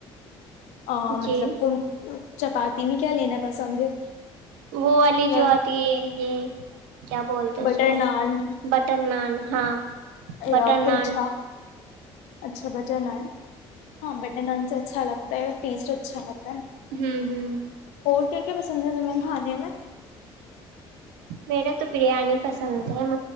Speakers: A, on the left; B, on the right.
A: ا مطلب
B: جی
A: چپاتی میں کیا لینا پسند ہے
B: وہ والی
A: یا
B: جو اتی ہے کیا بولتے
A: بٹر
B: اس کو
A: نان
B: بٹر نان ہاں بٹر
A: ا پلچھا
B: نان
A: اچھا بٹر نان ہاں بٹر نان سے اچھا لگتا ہے ٹیٹ اچ ھات
B: ہوں ہوں
A: اور کیا کیا پسند ہے م ہاں جی میں
B: میرے تو بریانی پسند ہے م